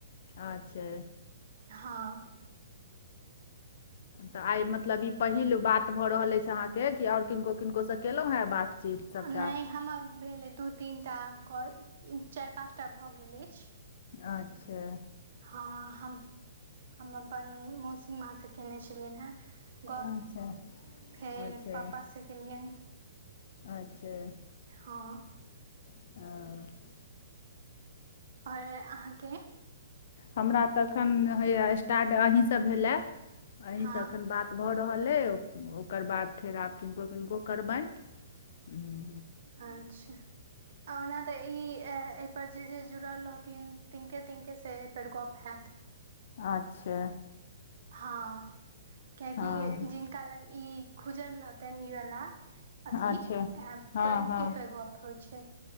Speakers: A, on the left (about 55°); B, on the right (about 60°).
A: अछा!
B: हँ।
A: तऽ आइ मतलब ई पहिल बात भऽ रहल अछि अहाँके, कि आओर किनको -किनकोसँ केलहुँ हेँ बातचीत। सभटा
B: नहि हमर भेलै दू, तीनटा काँल, चारि, पाँच टा भऽ गेल अछि।
A: अच्छा!
B: हँ, हम, हम अपन मौसी माँसँ कयने छलियनि हेँ। गप,
A: अच्छा
B: फेर
A: अच्छा
B: पापासँ गेलियनि।
A: अच्छा
B: हँ।
A: ह
B: ओर अहाँके
A: हमरा तखन हय स्टार्ट अहीं से भेले अहींसँ
B: हँ
A: अखन बात भऽ रहल अइ ओकर बाद फेर आब किनको किनको करबैन हूँ।
B: अच्छा आ ओना तऽ ई एहिपर जे जे जुड़ल रहथिन तिनके तिनके से एहिपर गप हेएत।
A: अच्छा
B: हँ कियाकि
A: हँ
B: जिनका लग ई खुजल रहतैन ई वला अथी
A: अच्छा
B: टैंक
A: हँ हँ
B: के पे गप होइ छै।